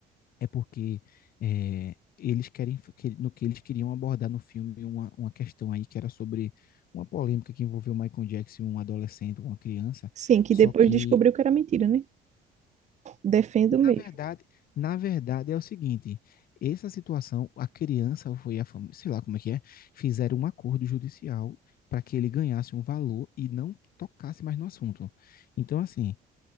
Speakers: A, on the left; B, on the right.
A: É porque é, eles querem, que- no que eles queriam abordar no filme uma, uma questão aí que era sobre uma polêmica que envolveu o Michael Jackson, um adolescente, uma criança,
B: Sim, que
A: só
B: depois
A: que
B: descobriu que era mentira, né? Defendo mesmo.
A: na verdade, na verdade é o seguinte, essa situação, a criança ou foi a família, sei lá como é que é, fizeram um acordo judicial para que ele ganhasse um valor e não tocasse mais no assunto. Então, assim,